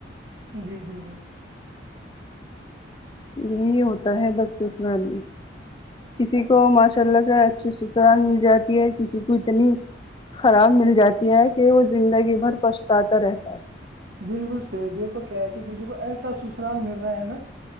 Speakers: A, on the right (about 60°); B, on the left (about 25°).
A: جی بالکل
B: یہی ہوتا ہے بس اسند میں کسی کو ماشاء اللہ سے اچھی سسرال مل جاتی ہے کسی کو اتنی خراب مل جاتی ہیں کہ وہ زندگی بھر پچھتاتا رہتا ہے
A: بالکل صحیح دیکھو کیا ہے کہ کسی کو ایسا سسرال مل رہا ہے نا